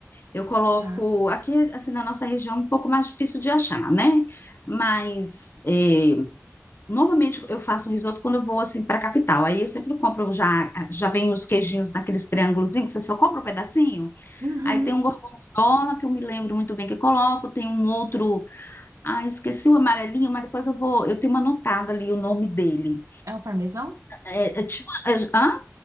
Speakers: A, on the left; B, on the right.
A: Eu coloco
B: Tá.
A: aqui, assim, na nossa região, um pouco mais difícil de achar, né? Mas é, normalmente eu faço um risoto quando eu vou assim para a capital. Aí eu sempre compro já, já vem os queijinhos naqueles triângulozinhos, você só compra um pedacinho.
B: Uhum.
A: Aí tem um gorgonzola que eu me lembro muito bem que eu coloco, tem um outro, ah, esqueci o amarelinho, mas depois eu vou, eu tenho anotado ali o nome dele.
B: É o parmesão?
A: É, é tipo, é, hã?